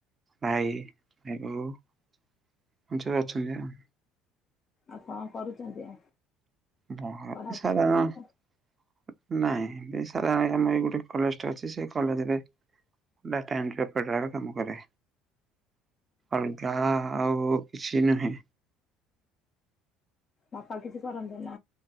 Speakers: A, on the right; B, on the left.
A: ଭାଇ ଭାଇ ବହୂ ଏମିତି ସବୁ ଅଛନ୍ତି ଆଉ।
B: ଆଉ କଣ କରୁଛନ୍ତି ଆଉ।
A: ବହୁତ
B: ପଢାପଢି
A: ପଇସା କ <unintelligible>
B: ନା
A: ନାଇଁ ସଣ ଆର ଗୋଟେ କଲେଜ ଟେ ଅଛି ସେ କଲେଜରେ ଡାଟା ଏଣ୍ଟ୍ରିରେ କାମ କରେ। ଅଲଗା ଆଉ କିଛି ନୁହେଁ
B: ବାପା କିଛି କରନ୍ତିନି।